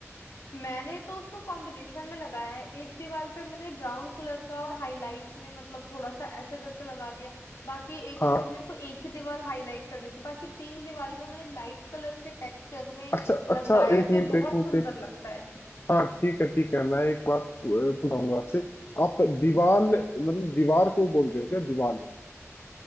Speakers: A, on the left; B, on the left.
A: मैंने तो उसको कॉम्बिनेशन में लगाया है एक दीवार पे मैंने ब्राउन कलर का और हाईलाइट में मतलब थोड़ा सा ऐसे करके लगा दिया है। बाकी एक
B: हाँ
A: क्योंकि मेरे को एक ही दीवार हाईलाइट करनी थी बाकी तीन दीवार में मैंने लाइट कलर के टेक्सचर में
B: अच्छा
A: लगवाया
B: अच्छा
A: है
B: एक
A: तो ये
B: मिनट
A: बहुत
B: एक मिनट
A: सुंदर
B: एक
A: लगता है
B: हाँ ठीक है ठीक है मैं एक बात पू- पूछूंगा आपसे आप दीवार मतलब दीवार को बोल रहे हो क्या दीवार